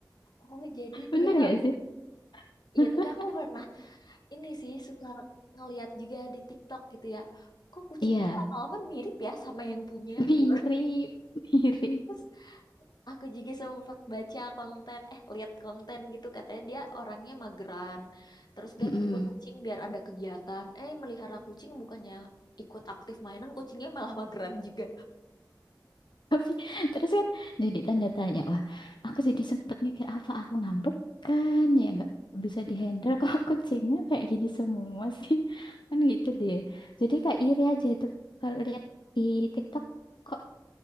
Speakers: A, on the left (about 60°); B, on the left (about 80°).
A: oh jadi
B: Bener
A: dia
B: gak sih? <laughs>
A: ya tapi aku pernah ini sih suka ngeliat juga di TikTok gitu ya kok kucing
B: Iya,
A: tuh lama-lama mirip ya sama yang punya
B: mirip,
A: gitu
B: mirip.
A: <laughs> Aku juga sempat baca konten, eh lihat konten gitu katanya dia orangnya mageran. Terus dia
B: Mm-mm.
A: butuh kucing biar ada kegiatan. Eh melihara kucing bukannya ikut aktif mainan, kucingnya malah mageran juga.
B: Tapi terus kan jadi tanda tanya, wah aku jadi sempet mikir apa aku ngambek kan ya nggak bisa dihandle kok <laughs> kucingnya kayak gini semua sih kan gitu deh. Jadi kayak iri aja itu kalau lihat di TikTok kok